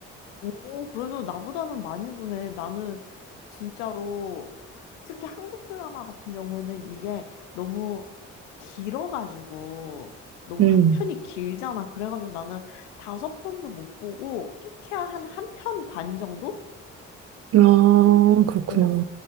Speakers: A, on the left; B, on the right.
A: 오, 그래도 나보다는 많이 보네. 나는 진짜로 특히 한국 드라마 같은 경우에는 이게 너무 길어가지고 너무
B: 음.
A: 한 편이 길잖아. 그래가지고 나는 다섯 편도 못 보고 끼케야 한 한 편 반 정도?
B: 아, 그렇구나.
A: 어,